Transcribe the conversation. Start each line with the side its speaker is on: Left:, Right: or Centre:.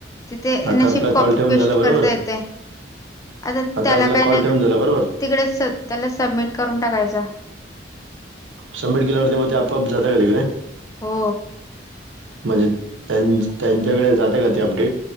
Left: तिथे
Right: आता
Left: नशीब
Right: आपला
Left: कॉपी
Right: कॉल ठेवून
Left: पेस्ट
Right: झाला बरोबर
Left: करता येते आता त्याला
Right: आपला
Left: काय
Right: कॉल
Left: नाही
Right: ठेवून झाला बरोबर
Left: तिकडे त्याला सबमिट करून टाकायचं.
Right: सबमीट केल्यावर म ते आपाआप जातय का तिकडे?
Left: हो
Right: म्हणजे त्यां त्यांच्याकडे जाते का ते अपडेट?